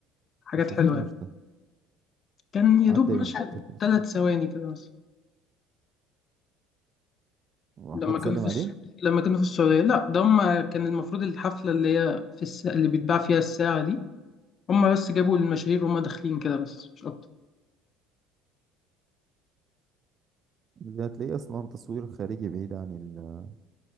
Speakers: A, on the left; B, on the right.
A: حاجات
B: ما شفتوش
A: حلوه يعني.
B: ده
A: كان يا
B: عدى
A: دوب مشهد
B: امتى كده؟
A: ثلاث ثواني كده مثلا
B: هو
A: لما
B: حد
A: كانوا
B: سلم
A: في
B: عليه
A: الس... لما كانوا في السعودية لا ده هم كان المفروض الحفلة اللي هي في الس... اللي بيتباع فيها الساعة دي هم بس جابوا المشاهير وهم داخلين كده بس مش أكتر
B: ده هتلاقيه اصلا تصوير خارجي بعيد عن ال...